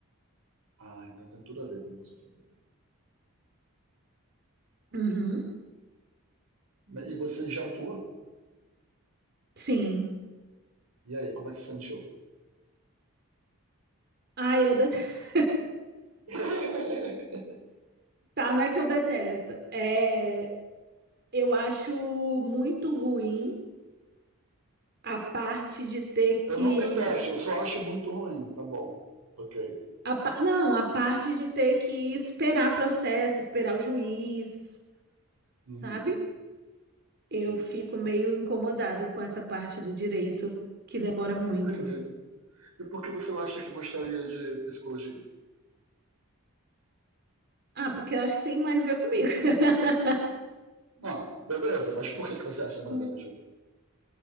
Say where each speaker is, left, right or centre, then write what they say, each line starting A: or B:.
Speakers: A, on the right; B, on the right.
A: ah, então tem tudo a ver com a sua faculdade.
B: Uhum.
A: Mas- E você já atua?
B: Sim.
A: E aí, como é que você sentiu?
B: Ai, eu detesto. <laughs>
A: <laughs>
B: Tá, não é que eu detesto. É, eu acho muito ruim a parte de ter
A: Eu
B: que
A: não detesto, eu só acho muito ruim. Tá bom. Ok.
B: a pa- Não, a parte de ter que esperar processo, esperar o juiz,
A: Uhum.
B: sabe? Eu
A: Sim.
B: fico meio incomodada com essa parte do direito que demora muito.
A: Entendi. E por que você acha que gostaria de psicologia?
B: Ah, porque eu acho que tem mais a ver comigo. <laughs>
A: Não, beleza, mas por que, que você acha que tem nada
B: Hum.
A: a ver contigo?